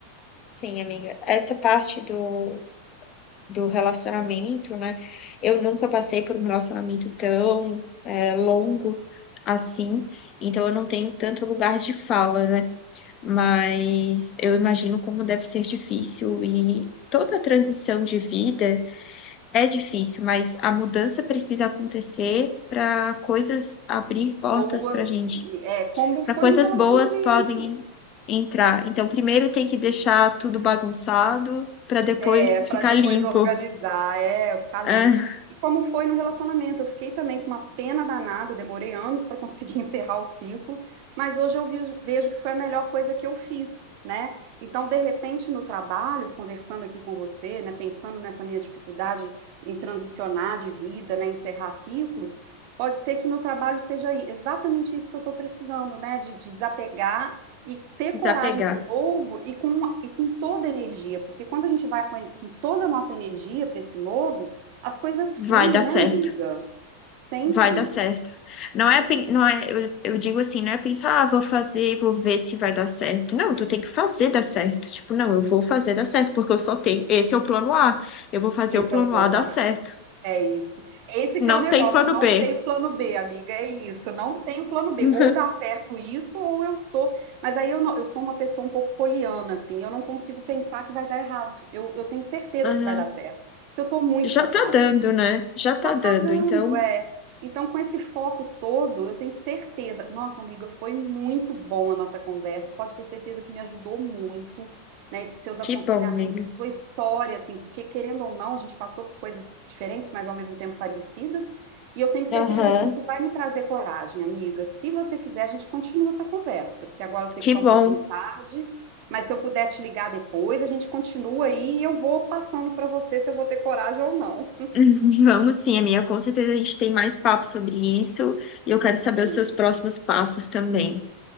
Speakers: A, on the left; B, on the right.
A: Sim, amiga. Essa parte do, do relacionamento, né? Eu nunca passei por um relacionamento tão é, longo assim, então eu não tenho tanto lugar de fala, né? Mas eu imagino como deve ser difícil e toda a transição de vida é difícil, mas a mudança precisa acontecer para coisas abrir portas
B: Boas,
A: para gente.
B: é, como
A: para
B: foi
A: coisas
B: no relacionamento.
A: boas podem entrar. Então, primeiro tem que deixar tudo bagunçado para depois
B: É, para
A: ficar
B: depois
A: limpo.
B: organizar, é, ficar limpo.
A: Ah,
B: E como foi no relacionamento? Eu fiquei também com uma pena danada, demorei anos para conseguir <laughs> encerrar o ciclo, mas hoje eu vi- vejo que foi a melhor coisa que eu fiz, né? Então, de repente, no trabalho, conversando aqui com você, né, pensando nessa minha dificuldade em transicionar de vida, né, encerrar ciclos, pode ser que no trabalho seja i- exatamente isso que eu estou precisando, né, de desapegar e ter
A: desapegar.
B: coragem para o novo e com, e com toda a energia, porque quando a gente vai com, en- com toda a nossa energia para esse novo, as coisas fluem,
A: Vai dar
B: né,
A: certo.
B: amiga? Sempre.
A: Vai dar certo. Não é, pen- não é, eu, eu digo assim, não é pensar, ah, vou fazer, vou ver se vai dar certo. Não, tu tem que fazer dar certo. Tipo, não, eu vou fazer dar certo, porque eu só tenho, esse é o plano A. Eu vou fazer
B: Esse
A: o plano
B: é o plano
A: A dar
B: A.
A: certo.
B: É isso. Esse
A: Não
B: que é o negócio.
A: tem plano
B: Eu não
A: B.
B: tenho plano B, amiga. É isso. Eu não tenho plano B.
A: <laughs>
B: Ou dá certo isso, ou eu tô. Mas aí eu não, eu sou uma pessoa um pouco poliana, assim. Eu não consigo pensar que vai dar errado. Eu, eu tenho certeza
A: Aham.
B: que vai dar certo. Porque eu tô muito
A: Já
B: focada.
A: tá dando, né? Já tá
B: Já tá
A: dando.
B: dando,
A: Então,
B: é. Então, com esse foco todo, eu tenho certeza. Nossa, amiga, foi muito bom a nossa conversa. Pode ter certeza que me ajudou muito, né? Esses seus aconselhamentos,
A: que bom, amiga.
B: a sua história, assim, porque querendo ou não, a gente passou por coisas diferentes, mas ao mesmo tempo parecidas. E eu tenho certeza
A: Aham,
B: que isso vai me trazer coragem, amiga. Se você quiser, a gente continua essa conversa, porque agora eu sei
A: que
B: que tá
A: bom.
B: um pouquinho tarde, mas se eu puder te ligar depois, a gente continua aí e eu vou passando para você se eu vou ter coragem ou não.
A: <laughs> Vamos sim, amiga. Com certeza a gente tem mais papo sobre isso e eu quero saber
B: Sim.
A: os seus próximos passos também.